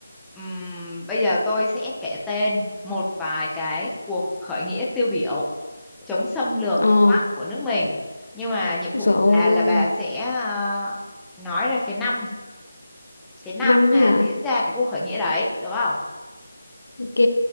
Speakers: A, in the centre; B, on the left.
A: ừm, bây giờ tôi sẽ kể tên một vài cái cuộc khởi nghĩa tiêu biểu chống xâm lược
B: ờ Rồi
A: phương Bắc của nước mình nhưng mà nhiệm
B: Ôi
A: vụ của bà là bà sẽ à, nói ra cái năm cái năm
B: năm
A: mà
B: ấy hả
A: diễn ra cái cuộc khởi nghĩa đấy được không
B: ok